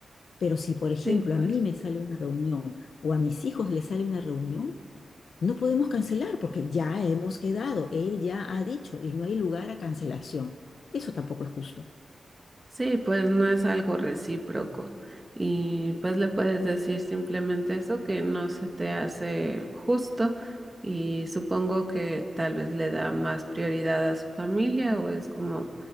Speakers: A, on the left; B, on the right.
A: Pero si, por ejemplo,
B: Sí, pues.
A: a mí me sale una reunión o a mis hijos les sale una reunión, no podemos cancelar porque ya hemos quedado, él ya ha dicho y no hay lugar a cancelación. Eso tampoco es justo.
B: Sí, pues no es algo recíproco. Y pues le puedes decir simplemente eso, que no se te hace justo y supongo que tal vez le da más prioridad a su familia o es como